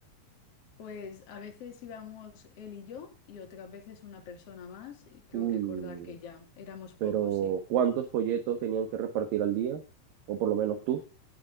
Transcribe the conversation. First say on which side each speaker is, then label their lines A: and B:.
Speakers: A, on the left; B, on the right.
A: Pues a veces íbamos él y yo y otras veces una persona más, y creo
B: Uy,
A: recordar que ya éramos pocos,
B: pero
A: sí.
B: ¿cuántos folletos tenían que repartir al día? O por lo menos tú.